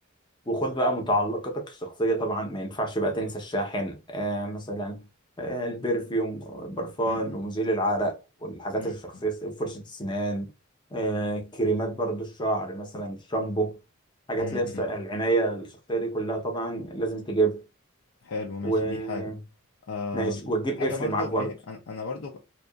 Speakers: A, on the left (about 20°); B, on the left (about 65°).
A: وخد بقى متعلقاتك الشخصية طبعا ما ينفعش بقى تنسى الشاحن آه مثلا آه البرفيوم البرفان
B: م- م-
A: ومزيل العرق والحاجات
B: م-
A: الشخصية فرشة السنان آه كريمات برضو الشعر مثلا الشامبو حاجات
B: م-
A: اللي هي الش-
B: م.
A: العناية الشخصية دي كلها طبعا لازم تجيبها
B: حلو ماشي
A: وماشي
B: دي حاجة آه
A: وتجيب
B: حاجة
A: قفل
B: برضو
A: معاك برضو
B: ايه انا أنا برضو